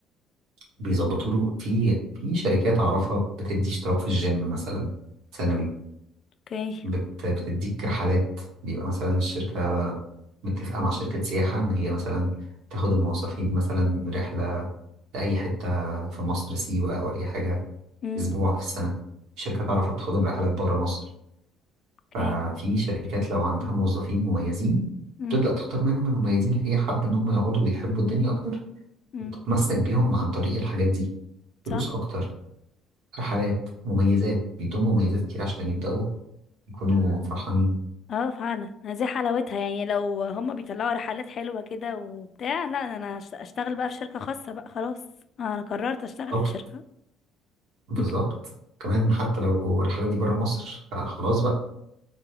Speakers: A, on the right; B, on the left.
A: بيظبطوا له في في شركات اعرفها بتدي اشتراك في الجيم مثلا سنوي
B: اوكي
A: بت بتديك رحلات بيبقى مثلا الشركة متفقة مع شركة سياحة ان هي مثلا تاخد الموظفين مثلا رحلة لأي حتة في مصر سيوة أو أي حاجة
B: امم
A: أسبوع في السنة شركات تعرف تاخدهم رحلات بره مصر
B: اوكي
A: ففي شركات لو عندها موظفين مميزين
B: امم
A: تبدأ تختار منهم المميزين اللي هي حابة إن هم يقعدوا ويحبوا الدنيا أكتر
B: امم
A: تتمسك بيهم عن طريق الحاجات دي
B: صح.
A: فلوس أكتر رحلات مميزات بيدوم مميزات كتير عشان يبدأوا يكونوا فرحانين
B: اه فعلا دي حلاوتها يعني لو هما بيطلعوا رحلات حلوة كده وبتاع لا انا هشت- اشتغل بقى في شركة خاصة بقى خلاص آه، انا قررت اشتغل
A: طب
B: في شركة
A: بالظبط
B: <laughs>
A: كمان حتى لو الرحلات دي بره مصر فخلاص بقى